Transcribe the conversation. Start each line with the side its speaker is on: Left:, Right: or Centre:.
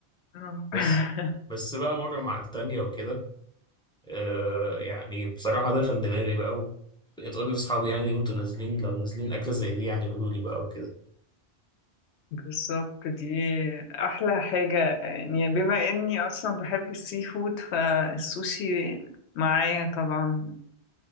Left: آه.
Centre: بس
Left: <laughs>
Centre: بس بقى مره مع التانية وكده آه يعني بصراحه دخل دماغي بقى بقيت اقول لاصحابي يعني وانتوا نازلين لو نازلين اكله زي دي يعني قولوا لي بقى وكده
Left: بالظبط دي أحلى حاجة يعني بما إني أصلا بحب السي فود فالسوشي معايا طبعا